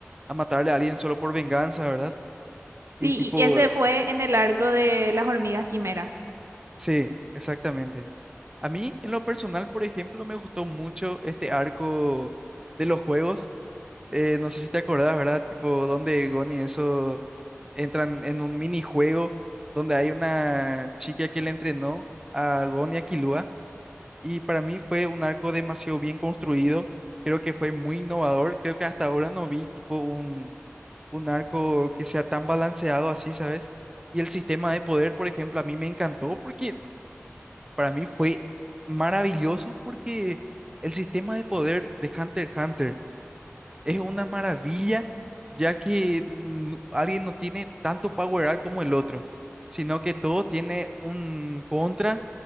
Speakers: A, on the right; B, on the right.
A: a matarle a alguien solo por venganza, ¿verdad? Y
B: Sí,
A: tipo,
B: y ese
A: eh,
B: fue en el arco de las hormigas quimeras.
A: sí, exactamente. A mí, en lo personal, por ejemplo, me gustó mucho este arco de los juegos. Eh, no sé si te acordás, ¿verdad? Tipo, donde Gon y eso entran en un minijuego donde hay una chica que le entrenó a Gon y a Killua. Y para mí fue un arco demasiado bien construido. Creo que fue muy innovador. Creo que hasta ahora no vi tipo un, un arco que sea tan balanceado así, ¿sabes? Y el sistema de poder, por ejemplo, a mí me encantó porque para mí fue maravilloso porque el sistema de poder de Hunter x Hunter es una maravilla, ya que mm, alguien no tiene tanto power up como el otro, sino que todo tiene un contra